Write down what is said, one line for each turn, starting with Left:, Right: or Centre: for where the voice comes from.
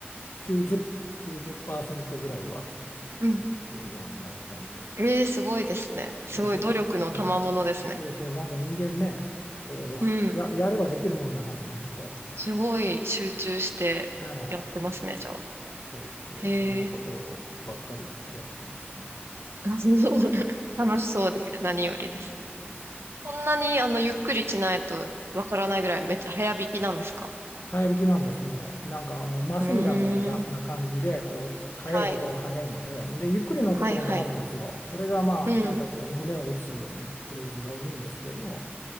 Left: 90、きゅうじゅっパーセントぐらいは
Right: うん。
Left: 弾けるようになったんで、
Right: ええ、すごいですね。すごい努力の賜物ですね。
Left: え、そん、そん、そうそう、なんか人間ね、こう、
Right: うん。
Left: や、やればできるもんだなと思って、
Right: すごい集中してやってますね、
Left: ええ、
Right: じゃあ。
Left: そうそう、
Right: へえ。
Left: そんなことばっかりやってますね。
Right: <laughs> 楽しそうで何よりです。
Left: そうです。
Right: こんなにあの、ゆっくりしないとわからないぐらいめっちゃ早弾きなんですか
Left: 早引きなんですね。なんかあのマシンガンのようなな感じで、
Right: うーん。
Left: こう、速いところは速いので、
Right: はい。
Left: で、ゆっくりのところもあるんですよ。
Right: はい、はい。
Left: それがまあ、
Right: うん。
Left: またこう、胸を打つフレーズが多いんですけど、